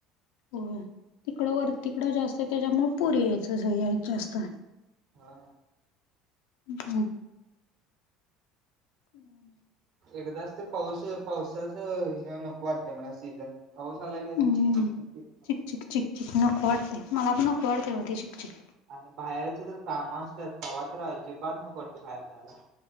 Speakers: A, on the left; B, on the right.
A: हो तिकडं वर तिकडं जास्त त्याच्यामुळे पूर यायचंच जास्त.
B: हा.
A: हम्म <inaudible>
B: एकदाच ते पाऊस पावसाच हे नको वाटतंय मला सीझन. पाऊस आला की असं
A: हम्म
B: चीक चीक चीक चीक.
A: चिक चिक चिक चिक नको वाटतंय. मला पण नको वाटतंय ते चिक चिक.
B: आणि बाहेरच तर काम असत्यात तव्हा तर अजिबात नको वाटतंय बाहेर जायला.